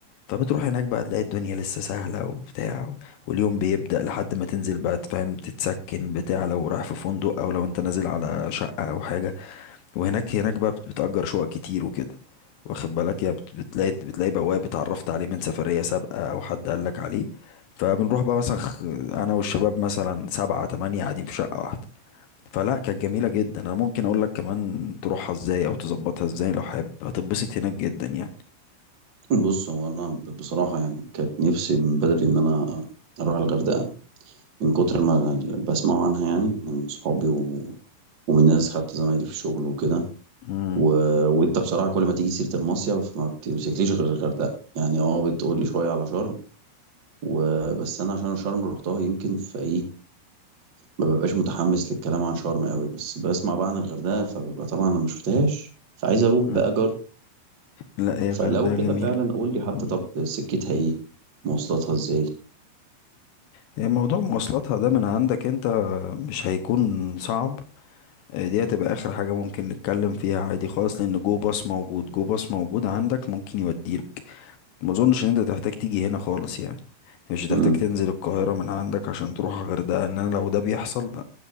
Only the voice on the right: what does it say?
بص هو أنا ب- بصراحة يعني كانت نفسي من بدري إن أنا أروح الغردقة من كتر ما ال- بسمعه عنها يعني من صحابي و... ومن ناس حتى زمايلي في الشغل وكده
و... وأنت بصراحة كل ما تيجي سيرة المصيف ما بتمسكليش غير الغردقة يعني أه بتقولي شوية على شرم وبس أنا عشان شرم روحتها يمكن في إيه ما ببقاش متحمس للكلام عن شرم قوي بس بسمع بقى عن الغردقة فببقى طبعا أنا ما شفتهاش فعايز أروح
بقى أجرب
فلو كده
فعلا قول لي حتى
طب سكتها ايه مواصلاتها ازاي
مم.